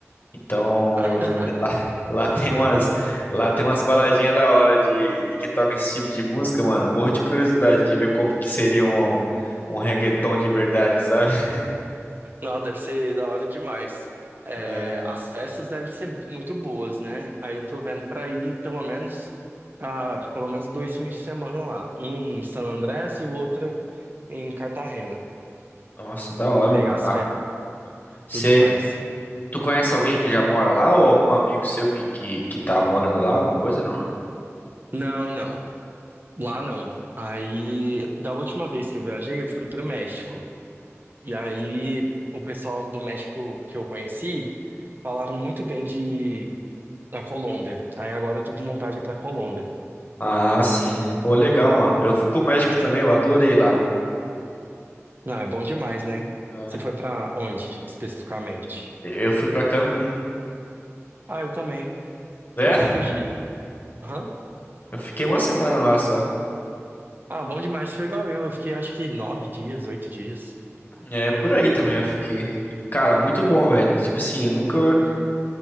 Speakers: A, on the left; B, on the right.
A: Então,
B: <laughs>
A: eu fiquei- <laughs> lá, lá tem umas, lá tem umas baladinhas da hora de, de que toca esse tipo de música, mano. Morro de curiosidade de ver como que seria um, um reggaeton de verdade, sabe? <laughs>
B: Não, deve ser da hora demais. É,
A: É.
B: as festas devem ser muito boas, né? Aí eu tô vendo pra ir pelo menos pra, pelo menos dois fins de semana lá. Um em San Andrés e o outro em Cartagena,
A: Nossa, da hora,
B: pra pegar
A: mano.
B: as
A: Ah,
B: festas
A: você,
B: e tudo mais.
A: tu conhece alguém que já mora lá ou algum amigo seu que, que, que tá morando lá, alguma coisa?
B: Não, não. Lá não. Aí, da última vez que eu viajei, eu fui pro México. E aí, o pessoal do México que eu conheci falaram muito bem de da Colômbia. Aí agora eu tô com vontade de ir pra Colômbia.
A: Ah, sim. Pô, legal, mano. Eu fui pro México também, eu adorei lá.
B: Não, é bom demais, né?
A: É.
B: Você foi pra onde especificamente?
A: Eu fui pra Cancún.
B: Ah, eu também.
A: É,
B: Por quantos dias? Aham.
A: eu fiquei uma semana lá só.
B: Ah, bom demais. Foi igual eu. Eu fiquei acho que nove dias, oito dias.
A: É, por aí também eu fiquei. Cara, muito bom, velho. Tipo assim, eu nunca,